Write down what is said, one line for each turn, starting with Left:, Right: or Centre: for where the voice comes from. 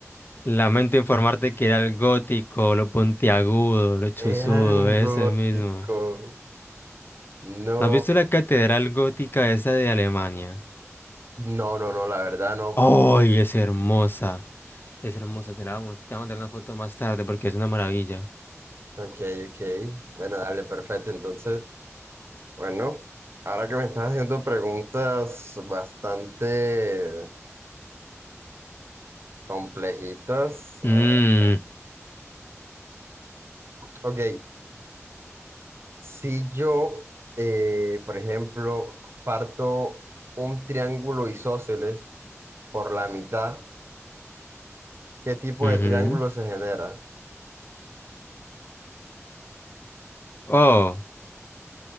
Left: Lamento informarte que era el gótico, lo puntiagudo, lo chuzudo,
Right: Eran
Left: ese
Right: gótico.
Left: mismo.
Right: No.
Left: ¿No has visto la catedral gótica esa de Alemania?
Right: No, no, no, la verdad no.
Left: ¡Ay, es hermosa! Es hermosa, te la vamos, te voy a mandar una foto más tarde porque es una maravilla.
Right: Ok, ok. Bueno, dale, perfecto. Entonces, bueno, ahora que me estás haciendo preguntas bastante complejitas. a
Left: Mmm,
Right: ver. Ok, si yo, eh, por ejemplo, parto un triángulo isósceles por la mitad, ¿qué tipo
Left: ujú.
Right: de triángulo se genera?
Left: Oh,